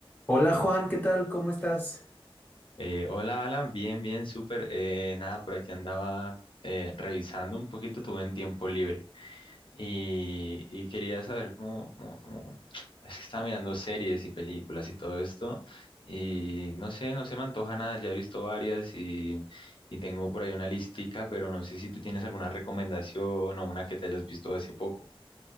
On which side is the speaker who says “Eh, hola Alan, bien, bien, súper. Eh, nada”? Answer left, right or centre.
Left